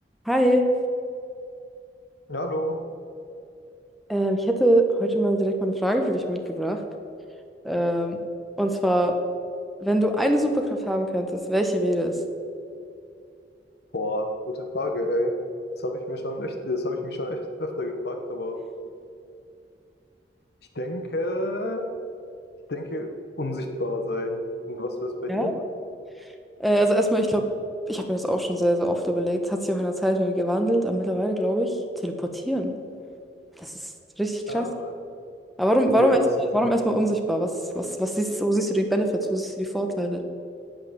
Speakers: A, in the centre; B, on the left.
A: Hi,
B: Ja, Hallo.
A: ähm, ich hätte heute mal direkt mal eine Frage für dich mitgebracht. Ähm, und zwar, wenn du eine Superkraft haben könntest, welche wäre es?
B: Boah, gute Frage, ey. Das habe ich mir schon echt, das habe ich mich schon echt öfter gefragt, aber ich denke, ich denke, unsichtbar sein. Und was wär's bei
A: Ja,
B: dir?
A: Äh, also erstmal, ich glaube, ich habe mir das auch schon sehr, sehr oft überlegt. Hat sich auch in der Zeit wieder gewandelt, aber mittlerweile glaube ich, teleportieren. Das ist richtig krass.
B: Ah,
A: Aber warum, warum
B: ja,
A: erstmal,
B: das ist,
A: warum erstmal unsichtbar? Was, was, was siehst, wo siehst du die Benefits? Wo siehst du die Vorteile?